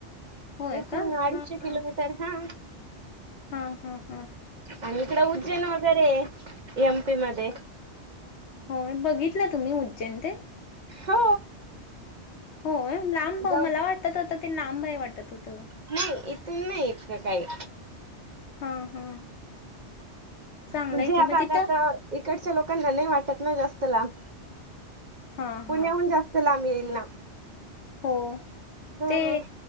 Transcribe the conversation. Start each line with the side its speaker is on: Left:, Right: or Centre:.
Left: होय
Right: इथून
Left: का?
Right: अडीचशे
Left: हां.
Right: किलोमीटर हा
Left: हा हा हा
Right: आणि इकडं उज्जैन वगैरे एमपी मध्ये
Left: होय बघितलय तुम्ही उज्जैन ते?
Right: हो
Left: होय लांब
Right: जाऊ
Left: मला वाटतं होत ते लांब आहे वाटतं होतं.
Right: नाही इथून नाही इतकं काही
Left: हा हा चांगलंय
Right: म्हणजे ह्या
Left: की मग
Right: भागात
Left: तिथं
Right: इकडच्या लोकांना नाही वाटतं ना जास्त लांब
Left: हा
Right: पुण्याहून
Left: हा
Right: जास्त जास्त लाब येईल ना
Left: हो
Right: ह
Left: ते